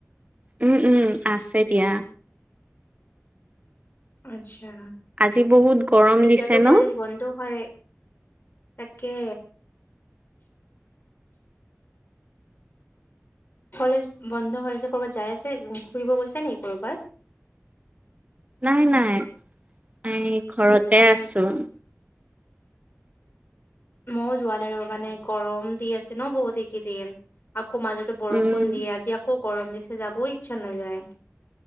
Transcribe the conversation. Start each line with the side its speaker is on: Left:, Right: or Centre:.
Right: উম উম আছে দিয়া।
Left: আচ্ছা
Right: আজি বহুত গৰম
Left: এতিয়াতো
Right: দিছে ন
Left: কলেজ বন্ধ হয়। তাকে। কলেজ বন্ধ হৈ আছে কৰ'বাত যাই আছে ফুৰিব গৈছে নেকি কৰ'বাত?
Right: নাই নাই এই ঘৰতে আছোঁ।
Left: মোয়ো জোৱানাই ৰবা মানে গৰম দি আছে ন বহুত এই কেইদিন আকৌ মাজ বৰষুণ
Right: উম
Left: দিয়ে আজি আকৌ গৰম দিছে যাবই ইচ্ছা নাযায়।